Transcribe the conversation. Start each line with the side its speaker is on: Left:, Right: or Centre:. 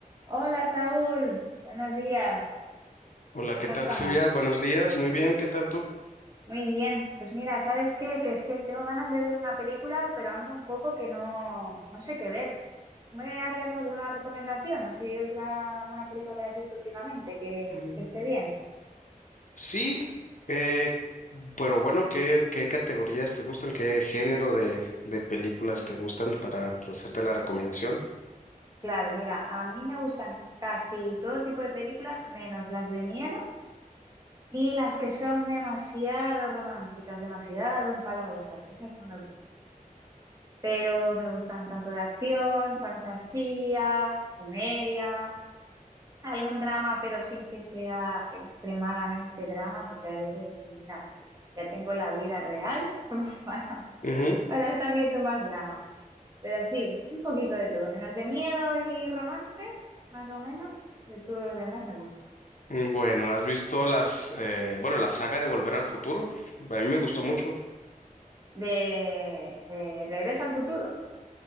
Right: Hola Saúl, buenos días,
Left: Hola,
Right: ¿cómo
Left: ¿qué tal
Right: estamos?
Left: Silvia? Buenos días, muy bien, ¿qué tal tú?
Right: Muy bien, pues mira, ¿sabes qué? Que es que tengo ganas de ver una película, pero ando un poco que no, no sé qué ver. ¿Me harías alguna recomendación? ¿Así de última- alguna película que hayas visto últimamente que,
Left: Mm,
Right: que esté bien?
Left: Sí, eh, pero bueno, ¿qué, qué categorías te gustan? ¿Qué género de, de películas te gustan para pues, hacerte la recomendación?
Right: Claro, mira, a mí me gustan casi todo tipo de películas, menos las de miedo y las que son demasiado románticas, demasiado empalagosas. Esas no me gustan. pero me gustan tanto de acción, fantasía, comedia, algún drama, pero sin que sea extremadamente drama, porque a veces dicen, mira, ya tengo la vida real <laughs> como para,
Left: Ujú.
Right: para estar viendo más dramas. Pero sí, un poquito de todo, menos de miedo y romance, más o menos, de todo lo demás me gusta.
Left: Mm, Bueno, ¿has visto las, eh, bueno, la saga de Volver al Futuro? A mí me gustó mucho.
Right: De, de Regreso al futuro.